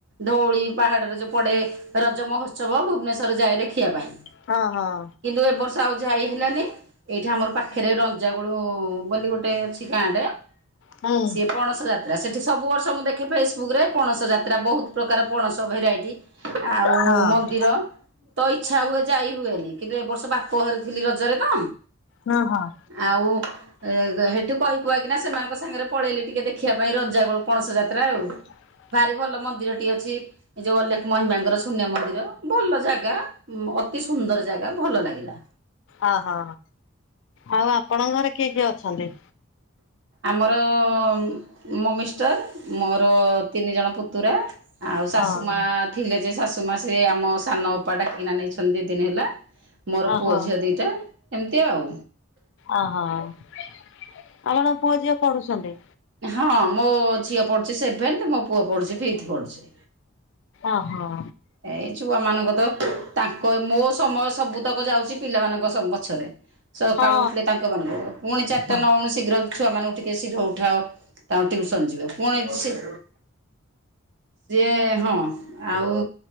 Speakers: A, on the right; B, on the left.
A: ଧଉଳି ପାହାଡ଼ରେ ଯୋଉ ପଡେ ରଜ ମହୋତ୍ସବ ଭୁବନେଶ୍ୱର ଯାଏ ଦେଖିବା ପାଇଁ।
B: ହଁ ହଁ।
A: କିନ୍ତୁ ଏ ବର୍ଷ ଆଉ ଯାଇ ହେଲାନି ଏଇଠି ଆମର ପାଖରେ ରଞ୍ଜ ଜାଗୁଳୁ ବୋଲି ଗୋଟେ ଅଛି ଗାଁ ଟେ
B: ହୁଁ
A: ସିଏ ପଣସ ଯାତ୍ରା ସେ ଏଠି ସବୁ ବର୍ଷ ମୁଁ ଦେଖେ ଫେସବୁକ୍ ରେ ପଣସ ଯାତ୍ରା ବହୁତ୍ ପ୍ରକାର ପଣସ ଭେରାଇଟି। ଆଉ
B: ହଁ ହଁ
A: ମନ୍ଦିର ତ ଇଛା ହୁଏ ଯାଇ ହୁଏନି କିନ୍ତୁ ଏ ବର୍ଷ ବାପ ଘରେ ଥିଲି ରଜରେ ତ
B: ହଁ ହଁ।
A: ଆଉ। ଏ ହେଠୁ କହି କୁହା କିନା ସେମାନଙ୍କ ସାଙ୍ଗରେ ପଳେଇଲି ଟିକେ ଦେଖିବା ପାଇଁ ରଜାଗୋଳ ପଣସ ଯାତ୍ରା ଆଉ।
B: ହ
A: ଭାରି ଭଲ ମନ୍ଦିରଟି ଅଛି ଏ ଯୋଉ ଅଲେଖ ମହିମାଙ୍କର ଶୂନ୍ୟ ମନ୍ଦିର। ଭଲ ଜାଗା ଅତି ସୁନ୍ଦର ଜାଗା ଭଲ ଲାଗିଲା।
B: ଓହୋ ଆଉ ଆପଣଙ୍କ ଘରେ କିଏ କିଏ ଅଛନ୍ତି?
A: ଆମର ଉଁ ମୋ ମିଷ୍ଟର ମୋର ତିନି ଜଣ ପୁତୁରା ଆଉ ଶାଶୁ
B: ହଁ
A: ମା ଥିଲେ ଯେ ଶାଶୁ ମା ସେ ଆମ ସାନ ଅପା ଡାକିକିନା ନେଇଛନ୍ତି ଦି ଦିନ ହେଲା। ମୋର
B: ଓହୋ।
A: ପୁଅ ଝିଅ ଦୁଇଟା ଏମିତି ଆଉ।
B: ଓହୋ ହ ଆପଣ ପୁଅ ଝିଅ ପଢୁଛନ୍ତି
A: ହଁ ମୋ ଝିଅ ପଢ଼ୁଛି ସେଭେନ୍ଥ ମୋ ପୁଅ ପଢୁଛି ଫିଫଥ ପଢ଼ୁଛି
B: ଓହୋ
A: ଏଇ ଛୁଆ ମାନଙ୍କ ତ ତାଙ୍କ ମୋ ସମୟ ସବୁତକ ଯାଉଛି ପିଲାମାନଙ୍କ ପଛରେ ସକାଳୁ
B: ହଁ
A: ଉଠିଲେ ତାଙ୍କ ମାନ ପୁଣି ଚାରିଟା
B: ହଁ।
A: ନଉଣୁ ଶୀଘ୍ର ଛୁଆ ମାନଙ୍କୁ ଟିକେ ଶୀଘ୍ର ଉଠାଅ ତାଙ୍କ ଟିଉସନ ଯିବେ ପୁଣି ରୋଷେ- ଯିଏ ହଁ ଆଉ